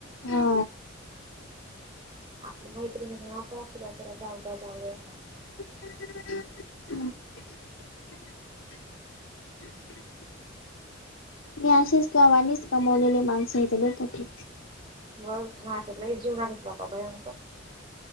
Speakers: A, on the left; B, on the right.
A: हा
B: आपल्या मैत्रीतन अस वाटतय चला.. जाऊ दया, जाऊ दया
A: हम् हा <inaudible> मी अशेस मीच कमावलेली माणसं इथून येत होती.
B: बस मग आता लय जीवना घेतला का भयंकर